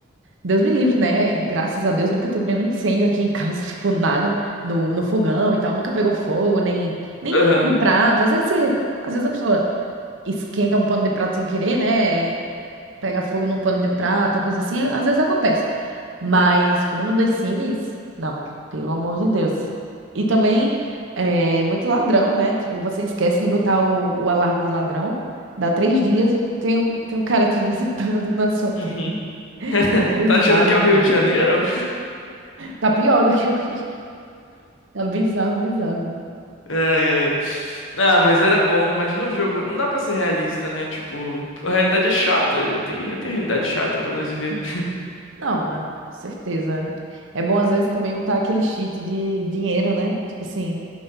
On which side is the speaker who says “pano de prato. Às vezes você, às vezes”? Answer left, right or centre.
Right